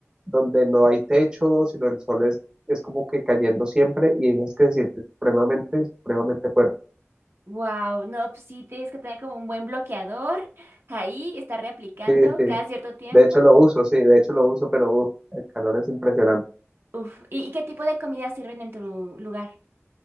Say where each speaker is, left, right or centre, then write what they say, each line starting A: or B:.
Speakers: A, on the right; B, on the right.
A: donde no hay techo, sino el sol es, es como que cayendo siempre y es que se siente supremamente, supremamente fuerte.
B: Wow, no, pues sí, tienes que tener como un buen bloqueador ahí, estar reaplicando
A: Sí, sí.
B: cada cierto tiempo.
A: De hecho lo uso, sí, de hecho lo uso, pero uf, el calor es impresionante.
B: Uf, ¿y, y qué tipo de comida sirven en tu lugar?